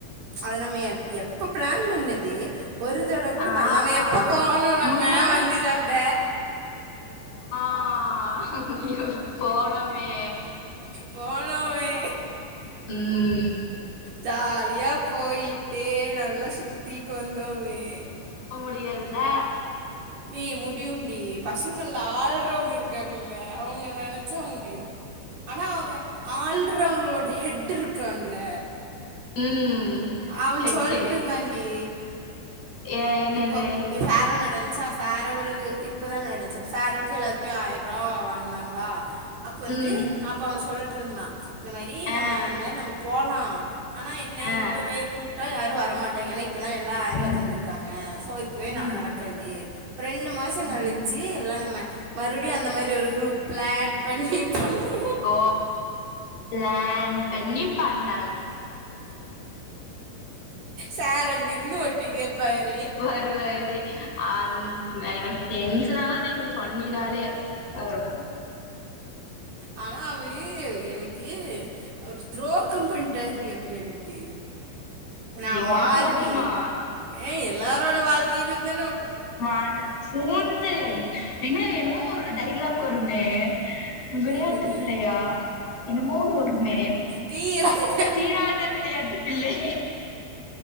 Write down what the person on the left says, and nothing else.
ஆமா
முன்னாடி
ஆ போனோமே
ம்
டியாதுல
ம்
ஹெட்டு
ஏ என்னது
ம்
ஆ
ஆ
ம்
ம்
ம்
ஓ பிளான் பண்ணி பண்ண
வருவாரு அந் எனக்கு டென்ஷனாவது நீ சொன்னீனாலே ஆமா
ஏ ஒனக்கு
மட்டுமா
வாழ் சூந்து என்ன என்னமோ ஒரு டைலாக் வருமே விளையாட்டு
பிள்ளையா என்னமோன்னு வருமே
தீராத விளையாட்டு பிள்ளை